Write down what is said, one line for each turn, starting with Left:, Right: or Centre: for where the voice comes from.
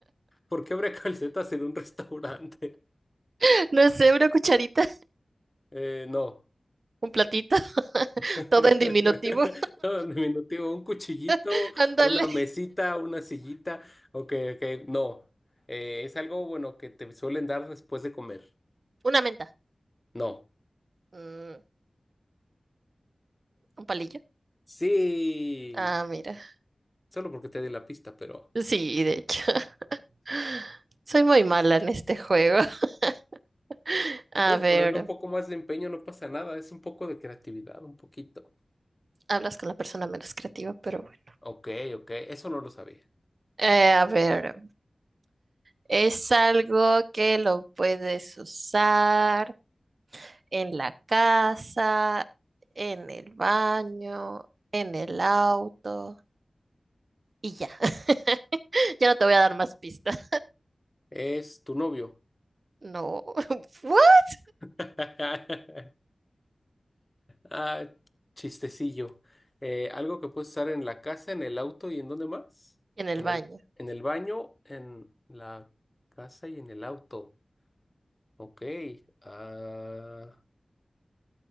Left: ¿por qué habría <laughs> calcetas en un restaurante? <laughs>
Right: <laughs> No sé, una cucharita,
Left: Eh, no.
Right: un platito. <laughs>
Left: <laughs>
Right: Todo en diminutivo.
Left: Todo en diminutivo, un cuchillito,
Right: <laughs> Ándale.
Left: una mesita, una sillita. Ok, ok, no. Eh, es algo bueno que te suelen dar después de comer.
Right: Una menta.
Left: No.
Right: Mm, un palillo.
Left: Sí,
Right: Ah, mira.
Left: solo porque te di la pista, pero
Right: Sí, de hecho, <laughs> soy muy mala en este juego. <laughs> A
Left: puedes
Right: ver,
Left: ponerle un poco más de empeño, no pasa nada. Es un poco de creatividad, un poquito.
Right: hablas con la persona menos creativa, pero bueno.
Left: Ok, ok, eso no lo sabía.
Right: Eh, a ver, es algo que lo puedes usar en la casa, en el baño, en el auto y ya. <laughs> Ya no te voy a dar más pistas.
Left: Es tu novio.
Right: No. <laughs> ¿What?
Left: <laughs> Ah, chistecillo. Eh, algo que puedes usar en la casa, en el auto y en dónde más?
Right: En el
Left: En
Right: baño.
Left: el, en el baño, en la casa y en el auto. Ok. Ah,